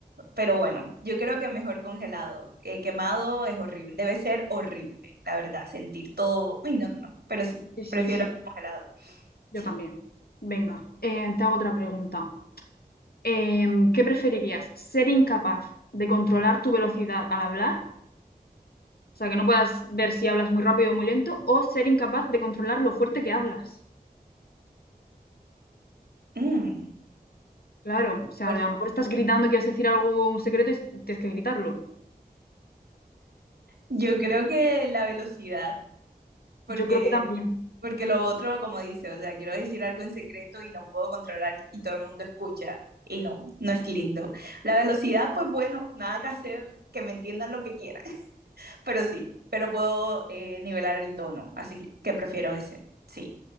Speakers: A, on the right (about 90°); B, on the left (about 75°).
A: Pero bueno, yo creo que mejor congelado. Eh, quemado es horrible, debe ser horrible, la verdad, sentir todo. Uy, no, no, no, pero sí,
B: Sí, sí,
A: prefiero
B: sí.
A: congelado,
B: Yo
A: sí.
B: también. Venga, eh, te hago otra pregunta. Em, ¿qué preferirías? ¿Ser incapaz de controlar tu velocidad al hablar? O sea, que no puedas ver si hablas muy rápido o muy lento, o ser incapaz de controlar lo fuerte que hablas.
A: Mm,
B: Claro, o sea,
A: fuerte.
B: de a lo mejor estás gritando, quieres decir algo, un secreto y tienes que gritarlo.
A: Yo creo que la velocidad, porque
B: Yo creo que también.
A: Porque lo otro, como dice, o sea, quiero decir algo en secreto y no puedo controlar y todo el mundo escucha. Y no, no es lindo. La velocidad, pues bueno, nada que hacer, que me entiendan lo que quieran, <laughs> pero sí, pero puedo eh, nivelar el tono, así que, prefiero ese, sí,